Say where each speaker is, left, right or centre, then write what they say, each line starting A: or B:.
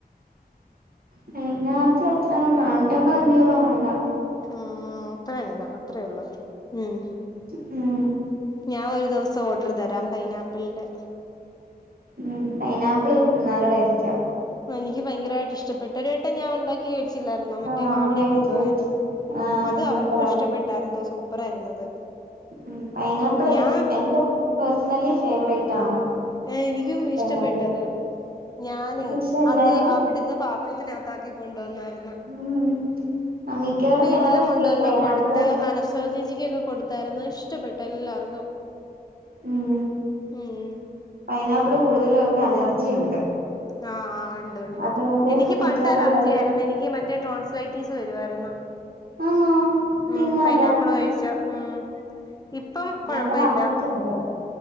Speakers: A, on the right (about 65°); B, on the left (about 25°).
A: പൈനാപ്പിള് എത്ര നാനൂറ്റമ്പത് അഞ്ഞൂറോ അങ്ങാണ്ടാ.
B: ഉം അത്രയുണ്ടോ അത്രേ ഉള്ളു ഉം.
A: ഉം.
B: ഞാൻ ഒരു ദിവസം ഓർഡർ തരാം പൈനാപ്പിളിന്റെ.
A: ഉം പൈനാപ്പിള് നല്ല ടേസ്റ്റാ.
B: എനിക്ക് ഭയങ്കരമായിട്ട് ഇഷ്ടപ്പെട്ട് ഒരൂ പണ്ട് ഞാൻ ഉണ്ടാക്കി മേടിച്ചില്ലായിരുന്നോ മറ്റേ
A: ആഹ്
B: മാവിടി
A: മേടിച്ചു
B: കൊണ്ടുപോവാൻ
A: മേടിച്ചു ആഹ്
B: അത്
A: സൂപ്പറായിരുന്നു
B: അവർക്കും ഇഷ്ടപ്പെ ട്ടാരുന്നു സൂപ്പർ ആയിരുന്നു അത്.
A: ഉം പൈനാപ്പിൾ എനിക്ക്
B: ഞാൻ
A: എന്റെ പേഴ്സണലി ഫേവറേറ്റ് ആണ്.
B: എനിക്കും ഇഷ്ടപ്പെട്ട്
A: പൈനാപ്പിള്
B: അത്. ഞാനേ
A: പക്ഷെ എല്ലാരും
B: അത് അവിടുന്ന് പാത്രത്തിനകത്ത് ആക്കി കൊണ്ട് വന്നാരുന്നു.
A: ഉം മിക്കവാറും
B: വീട്ടില്
A: ചിലർക്കൊക്കെ
B: കൊണ്ടുവന്ന്
A: ഈ പൈനാപ്പിള്
B: കൊടുത്ത് അനസ് സ്വരചേച്ചിക്ക് ഒക്കെ കൊടുത്തായിരുന്നു ഇഷ്ടപ്പെട്ട് എല്ലാർക്കും.
A: ഉം
B: ഉം.
A: പൈനാപ്പിള് കൂടുതലേർക്ക് അലർജിയുണ്ട്
B: ആഹ് ആഹ് ഇണ്ട് ഒണ്ട്
A: അതുകൊണ്ട്
B: എനിക്ക്
A: മിക്കവാറും
B: പണ്ട് അലർജി
A: ഉള്ളവര്
B: ആയിരുന്നു എനിക്ക് മറ്റേ ട്രോൻസ്ലേ റ്റിസ് വരുവര്ന്ന്
A: ആന്നോ തിന്നാലോ
B: ഉം പൈനാപ്പിൾ കഴിച്ച ഉം ഇപ്പോ കൊഴപ്പ
A: ഞങ്ങടെ
B: ഇല്ല
A: അമ്മയ്ക്കുണ്ട്